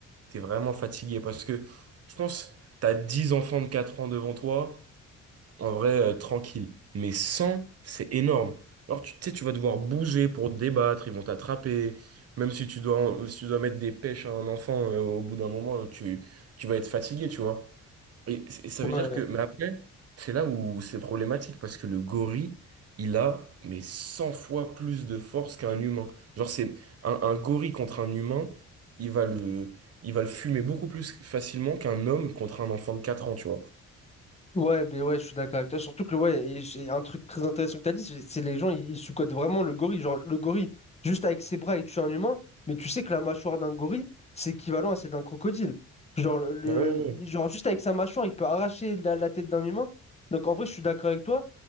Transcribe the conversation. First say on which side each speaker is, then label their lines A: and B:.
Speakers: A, on the right; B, on the left.
A: t'es vraiment fatigué parce que je pense t'as 10 enfants de 4 ans devant toi, en vrai, euh, tranquille. Mais 100 c'est énorme. Alors tu tu sais, tu vas devoir bouger pour te débattre, ils vont t'attraper. Même si tu dois, si tu dois mettre des pêches à un enfant, euh, au bout d'un moment, tu, tu vas être fatigué, tu vois. Et c- et ça
B: Ouais,
A: veut dire que, mais après, c'est là où c'est problématique parce que le gorille, il a, mais 100 fois plus de force qu'un humain. Genre, c'est un, un gorille contre un humain, il va le, il va le fumer beaucoup plus facilement qu'un homme contre un enfant de 4 ans, tu vois.
B: Ouais, ben ouais, je suis d'accord avec toi. Surtout que, ouais, et j'ai un truc très intéressant que tu as dit, c'est c'est les gens, ils, ils sous-cotent vraiment le gorille. Genre, le gorille, juste avec ses bras, il tue un humain, mais tu sais que la mâchoire d'un gorille, c'est équivalent à celle d'un crocodile. Genre, le,
A: Ouais, ouais,
B: le- genre, juste avec sa mâchoire, il peut arracher la, la tête d'un humain. Donc, en vrai, je suis d'accord avec toi,